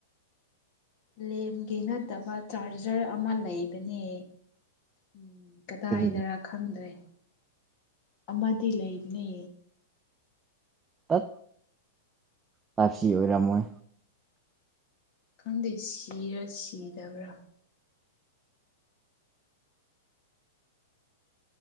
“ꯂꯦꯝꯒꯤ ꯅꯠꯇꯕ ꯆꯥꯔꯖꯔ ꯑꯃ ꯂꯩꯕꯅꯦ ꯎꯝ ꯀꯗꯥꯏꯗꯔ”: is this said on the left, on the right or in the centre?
Left